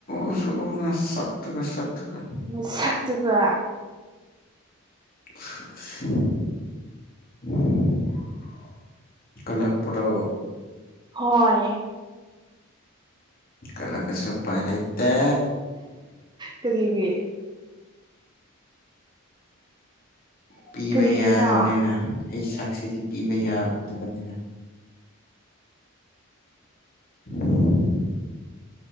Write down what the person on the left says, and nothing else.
ꯎꯁꯨ ꯎꯗꯅ ꯁꯛꯇꯨꯒ ꯁꯛꯇꯨꯒ
<unintelligible> ꯀꯜꯂꯛꯄ꯭ꯔꯣ
ꯀꯜꯂꯛ ꯑꯁꯨ ꯎꯄꯥꯏ ꯂꯪꯇꯦ
ꯄꯤꯕ
ꯌꯥꯗꯕꯅꯤꯅ ꯑꯩ ꯁꯛꯁꯤꯗꯤ ꯄꯤꯕ ꯌꯥꯕ ꯗꯕꯅꯤꯅ <unintelligible>